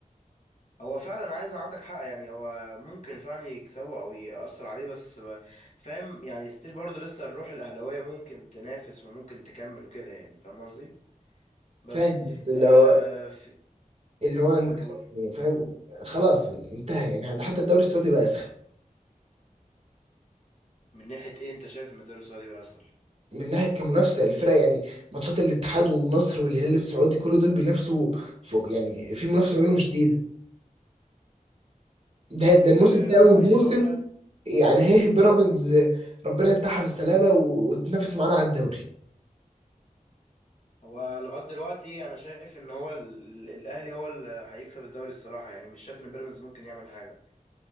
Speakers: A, on the left (about 55°); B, on the right (about 45°).
A: هو فعلا عايز عندك حق يعني هو ممكن فعلا يكسبه او يأثر عليه بس ب- فاهم يعني ستيل برضه لسه الروح الاهلاويه ممكن تنافس وممكن تكمل وكده يعني فاهم قصدي بس
B: فاهم بس اللي
A: آه
B: هو
A: في
B: اللي هو
A: قول
B: انت
A: قول
B: يعني فاهم خلاص انتهى يعني حتى الدوري السعودي بقى اسخن
A: من ناحيه ايه انت شايف ان الدوري السعودي بقى اسهل
B: من ناحيه كمنافسه الفرق يعني ماتشات الاتحاد والنصر والهلال السعودي كل دول بينافسوا فوق يعني في منافسه ما بينهم شديده ده ده
A: آه
B: الموسم ده اول
A: عايز
B: موسم
A: اقول لك
B: يعني هيه بيراميدز ربنا ينتحها بالسلامه و- وتنافس معانا على الدوري
A: هو لغايه دلوقتي انا شايف ان هو ال- ال- الاهلي هو اللي هيكسب الدوري الصراحه يعني مش شايف ان بيراميدز ممكن يعمل حاجه